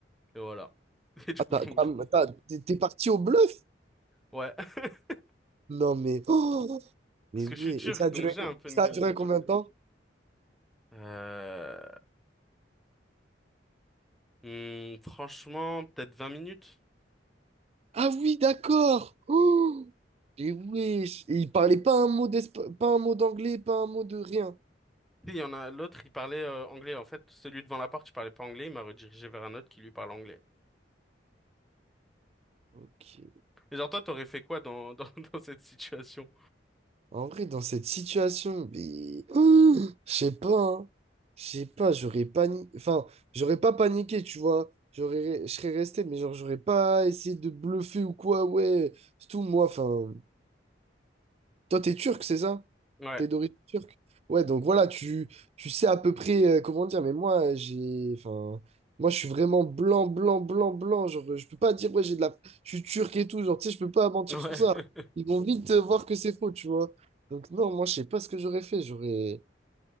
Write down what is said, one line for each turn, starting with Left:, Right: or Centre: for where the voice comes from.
Centre: Et voilà. <laughs> Et du
Right: Ah,
Centre: coup,
Right: t'as-
Centre: ils
Right: t'as-
Centre: m'ont...
Right: t'as- t'es t'es parti au bluff?
Centre: Ouais. <laughs>
Right: Non, mais. Oh mais
Centre: Parce que
Right: ouais.
Centre: je suis turc,
Right: Et ça a
Centre: donc
Right: duré,
Centre: j'ai
Right: com-
Centre: un peu
Right: ça
Centre: une gueule
Right: a duré
Centre: de turc,
Right: combien de
Centre: tu
Right: temps?
Centre: vois. Euh... hmm, franchement, peut-être 20 minutes.
Right: Ah oui, d'accord. Oh mais wesh. Et il parlait pas un mot d'espa- pas un mot d'anglais, pas un mot de rien.
Centre: Si, Il y en a l'autre, il parlait euh, anglais. En fait, celui devant la porte, il parlait pas anglais. Il m'a redirigé vers un autre qui lui parle anglais.
Right: Ok.
Centre: Et genre, toi, t'aurais fait quoi dans, dans, <laughs> dans cette situation?
Right: En vrai, dans cette situation, mais. Oh je sais pas, hein. Je sais pas, j'aurais paniqué. Enfin, j'aurais pas paniqué, tu vois. J'aurais, je serais resté, mais genre, j'aurais pas essayé de bluffer ou quoi, ouais. C'est tout, moi, enfin. Toi, t'es turc, c'est ça?
Centre: Ouais,
Right: T'es d'origine turque? Ouais, donc voilà, tu, tu sais à peu près euh, comment dire, mais moi, j'ai, enfin, moi, je suis vraiment blanc, blanc, blanc, blanc. Genre, je peux pas dire, ouais, j'ai de la. Je suis turc et tout, genre, tu sais, je peux pas mentir
Centre: ouais.
Right: sur ça.
Centre: <laughs>
Right: Ils vont vite euh, voir que c'est faux, tu vois. Donc, non, moi, je sais pas ce que j'aurais fait. J'aurais.